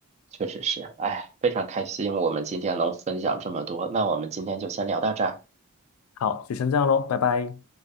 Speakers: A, on the right (about 30°); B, on the left (about 80°).
A: 确实是，哎，非常开心我们今天能分享这么多，那我们今天就先聊到这儿。
B: 好，就先这样喽，拜拜。